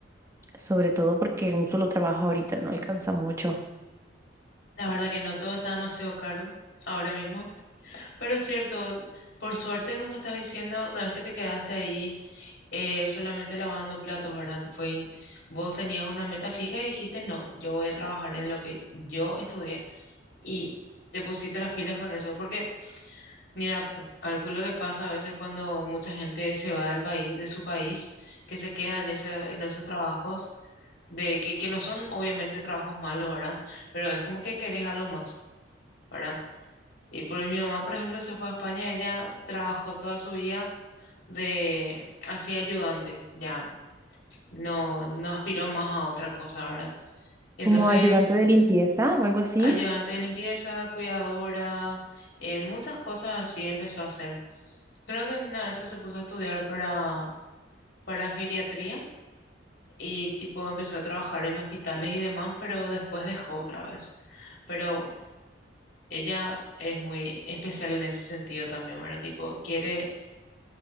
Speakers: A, on the right; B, on the left.
A: sobre todo porque un solo trabajo ahorita no alcanza mucho.
B: La verdad que no todo está demasiado caro ahora mismo. Pero es cierto, por suerte, como estás diciendo, no es que te quedaste ahí eh, solamente lavando platos, ¿verdad? Fue, in- vos tenías una meta fija y dijiste, no, yo voy a trabajar en lo que yo estudié. Y te pusiste las pilas con eso, porque, mira, p- calculo que pasa a veces cuando mucha gente se va del país, de su país, que se queda en ese, en esos trabajos, de que, que no son obviamente trabajos malos, ¿verdad? Pero es como que querés algo más, ¿verdad? Y por mi mamá, por ejemplo, se fue a España, ella trabajó toda su vida de así ayudante, ya no, no aspiró más a otra cosa, ¿verdad? Y
A: Como
B: entonces,
A: ayudante de limpieza o algo así.
B: ayudante de limpieza, cuidadora, eh, muchas cosas así empezó a hacer. Creo que en una de esas se puso a estudiar para, para geriatría y tipo empezó a trabajar en hospitales y demás, pero después dejó otra vez. Pero ella es muy especial en ese sentido también, ¿verdad? Tipo, quiere